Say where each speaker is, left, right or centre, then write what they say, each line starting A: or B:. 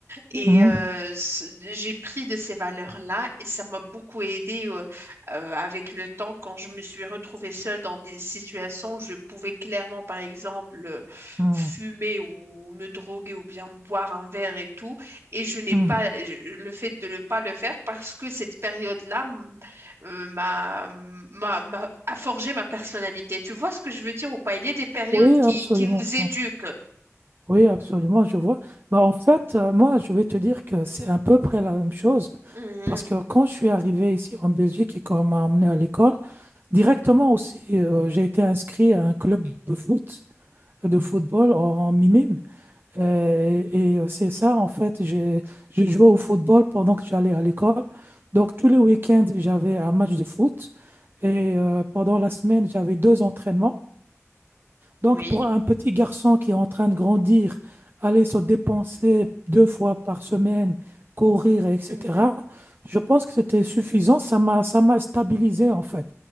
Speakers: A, on the right (about 55°); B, on the right (about 40°).
A: et
B: mhm,
A: euh, c- j'ai pris de ces valeurs-là et ça m'a beaucoup aidé euh, euh, avec le temps quand je me suis retrouvée seule dans des situations où je pouvais clairement, par exemple, euh,
B: mhm,
A: fumer ou me droguer ou bien boire un verre et tout. Et je n'ai
B: mhm.
A: pas je- le fait de ne pas le faire parce que cette période-là m- euh, m'a, m'a, m'a- a forgé ma personnalité. Tu vois ce que je veux dire ou pas? Il y a des périodes
B: Oui,
A: qui,
B: absolument.
A: qui nous éduquent.
B: Oui, absolument, je vois. Bah, en fait, euh, moi, je vais te dire que c'est à peu près la même chose.
A: Mhm.
B: Parce que quand je suis arrivé ici en Belgique et qu'on m'a emmené à l'école, directement aussi, euh, j'ai été inscrit à un club de foot, de football en, en minime. Euh, et euh, c'est ça, en fait, j'ai j'ai joué au football pendant que j'allais à l'école. Donc, tous les week-ends, j'avais un match de foot. Et euh, pendant la semaine, j'avais deux entraînements. Donc,
A: Oui.
B: pour un petit garçon qui est en train de grandir, aller se dépenser deux fois par semaine, courir, etc.,
A: Mhm.
B: je pense que c'était suffisant. Ça m'a, ça m'a stabilisé, en fait.